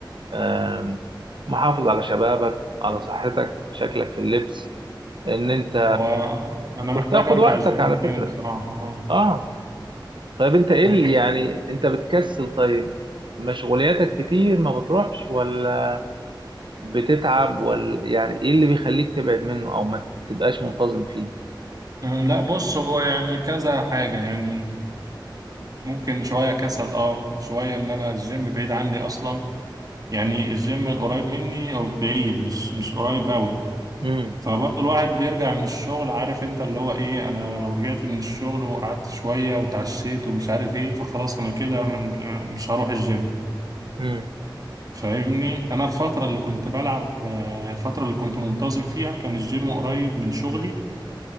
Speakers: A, on the right (about 70°); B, on the right (about 50°).
A: آم، محافظ على شبابك على صحتك شكلك في اللبس ان انت
B: هو انا محتاج
A: وبتاخد
B: ارجع
A: وقتك
B: الجيم
A: على
B: تاني
A: فكره
B: بصراحه اه
A: اه طيب انت ايه
B: أنا-
A: اللي يعني انت بتكسل طيب مشغولياتك كتير ما بتروحش ولا بتتعب ولا يعني ايه اللي بيخليك تبعد منه او ما تبقاش منتظم فيه
B: أه، لا بص هو يعني كذا حاجه يعني ممكن شويه كسل اه شويه ان انا الجيم بعيد عني اصلا يعني الجيم القريب مني او بعيد مش مش قريب قوي
A: امم
B: فبرضه الواحد بيرجع من الشغل عارف انت اللي هو ايه انا لو رجعت من الشغل وقعدت شويه وتعشيت ومش عارف ايه فخلاص انا كده من- مش هروح الجيم
A: امم
B: فاهمني انا الفتره اللي كنت بلعب آه، الفتره اللي كنت منتظم فيها كان الجيم قريب من شغلي